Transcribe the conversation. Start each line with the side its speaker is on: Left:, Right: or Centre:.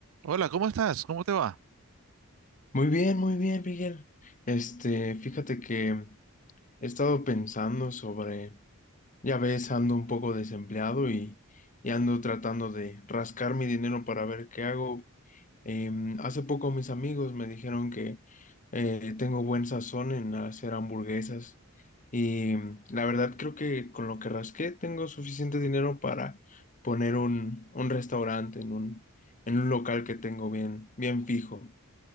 Right: Hola, ¿cómo estás? ¿Cómo te va?
Left: Muy bien, muy bien, Miguel. Este, fíjate que he estado pensando sobre, ya ves, ando un poco desempleado y, y ando tratando de rascar mi dinero para ver qué hago. Em, hace poco mis amigos me dijeron que eh, tengo buen sazón en hacer hamburguesas y mm, la verdad creo que con lo que rasqué tengo suficiente dinero para poner un, un restaurante en un, en un local que tengo bien, bien fijo.